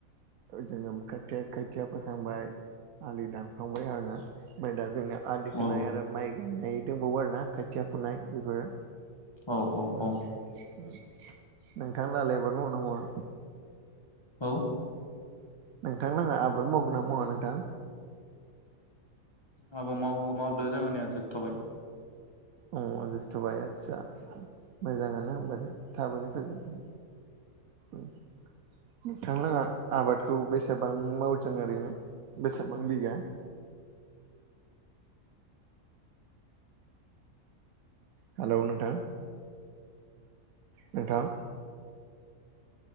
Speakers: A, on the right (about 80°); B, on the left (about 20°).
A: जोङो खथिया खोथिया फोखांबाय आलि दानखांबाय आरोना ओमफ्राय दा जोंना आलि खोनाय
B: औ
A: आरो माइ गायनाय दंबावो आर ना खाथिया फुनाय बेफोरो
B: औ औ
A: ओ
B: औ
A: ओ नोंथां लाहालाय आबाद मावोना मावा?
B: औ
A: नोंथां लाहा आबाद मावगोनना मावा नोंथां?
B: जोंहाबो मावो मावदो जोंहानिया जोबथ'बाय
A: अ जोबथ'बाय आतसा मोजाङानो होनबालाय थाबैनो फोजोबबाय ओ नोंथांलाहा आबादखौ बेसेबां मावदों ओरैनो बेसेबां बिगा? हेलौ नोंथां। नोंथां